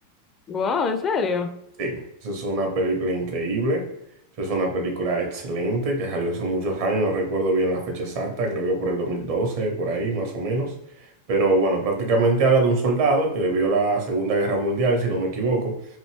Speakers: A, on the left (about 25°); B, on the right (about 50°).
A: Wow, ¿en serio?
B: Sí, esa es una película increíble. Esa es una película excelente que salió hace muchos años, no recuerdo bien la fecha exacta, creo que por el 2012, por ahí más o menos. Pero bueno, prácticamente habla de un soldado que vivió la Segunda Guerra Mundial, si no me equivoco.